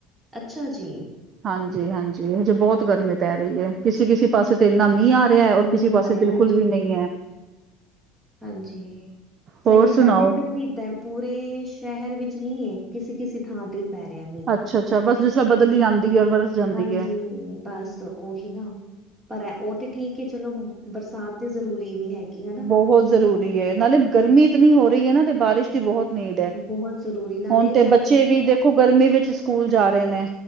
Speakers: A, on the right (about 20°); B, on the right (about 45°).
A: ਅੱਛਾ ਜੀ?
B: ਹਾਂਜੀ- ਹਾਂਜੀ, ਹਜੇ ਬਹੁਤ ਗਰਮੀ ਪੈ ਰਹੀ ਹੈ, ਕਿਸੇ ਕਿਸੇ ਪਾਸੇ ਇੰਨਾ ਮੀਂਹ ਆ ਰਿਹਾ, ਔਰ
A: ਮੀਂਹ
B: ਕਿਸੇ ਪਾਸੇ
A: ਆ ਰਿਹਾ
B: ਬਿਲਕੁਲ
A: ਹਾਂਜੀ,
B: ਵੀ ਨਹੀਂ ਐ।
A: ਹਾਂਜੀ, ਸਹੀ
B: ਹੋਰ
A: ਹੈ,
B: ਸੁਣਾਓ?
A: ਸਾਡੇ ਇੱਧਰ ਵੀ ਇੱਦਾ ਪੂਰੇ ਸ਼ਹਿਰ ਵਿੱਚ ਨਹੀਂ ਏ, ਕਿਸੇ ਕਿਸੇ ਥਾਂ ਤੇ ਹੀ ਪੈ ਰਿਹਾ ਮੀਂਹ।
B: ਅੱਛਾ-ਅੱਛਾ, ਬਸ ਜਿਸ ਬਦਲੀ ਆਉਂਦੀ ਹੈ। ਜਾਂਦੀ
A: ਹਾਂਜੀ,
B: ਹੈ।
A: ਬਸ ਉਹੀ ਨਾਂ ਪਰ ਉਹ ਤੇ ਠੀਕ ਹੈ ਚਲੋ, ਬਰਸਾਤ ਤੇ ਜ਼ਰੂਰੀ ਵੀ ਹੈਗੀ ਹੈ ਨਾ?
B: ਉਹ ਜ਼ਰੂ ਰੀ ਏ ਨਾਲੇ ਗਰਮੀ ਇਤਨੀ ਹੋ ਰਹੀ ਹੈ ਨਾ ਤੇ ਬਾਰਿਸ਼ ਬਹੁਤ ਨੀਡ ਹੈ,
A: ਬਹੁਤ ਜ਼ਰੂਰੀ ਨਾਲੇ
B: ਹੁਣ
A: ਸਾਡੇ
B: ਤੇ ਬੱਚੇ ਵੀ ਦੇਖੋ ਗਰਮੀ ਵਿੱਚ ਸਕੂਲ ਜਾ ਰਹੇ ਨੇ।